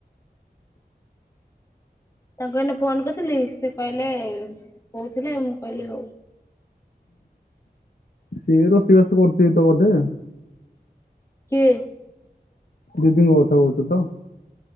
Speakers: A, on the left; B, on the left.
A: ତାଙ୍କୁ ଏଇନେ ଫୋନ କରିଥିଲି ସେ କହିଲେ କହୁଥିଲେ ମୁଁ କହିଲି ହଉ।
B: ସିଏ ରୋଷେଇ ବାସ କରୁଥିବେ ତ ବୋଧେ
A: କିଏ
B: ଦିଦିଙ୍କ କଥା କହୁଛ ତ